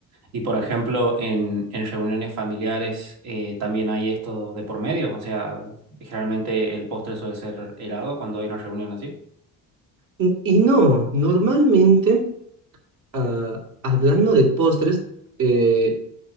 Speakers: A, on the right (about 70°); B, on the right (about 55°).
A: Y por ejemplo, en, en reuniones familiares eh, también hay esto de por medio, o sea, generalmente el postre suele ser helado cuando hay una reunión así.
B: N- Y no, normalmente, ah, hablando de postres, eh,